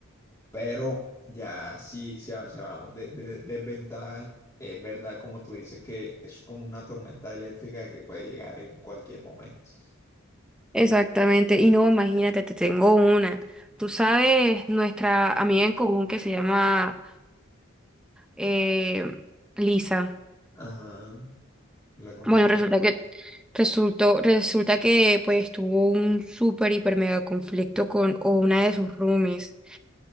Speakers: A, on the left (about 15°); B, in the centre.
A: Pero ya sí, si, ha- si hablamos de, de de desventaja, es verdad, como tú dices, que es como una tormenta eléctrica que puede llegar en cualquier momento.
B: Exactamente. Y no, imagínate, te tengo una. Tú sabes, nuestra amiga en común que se llama eh, Lisa.
A: Ajá, la conozco,
B: Bueno, resulta que resultó, resulta que pues tuvo un súper hiper mega conflicto con o una de sus roomies.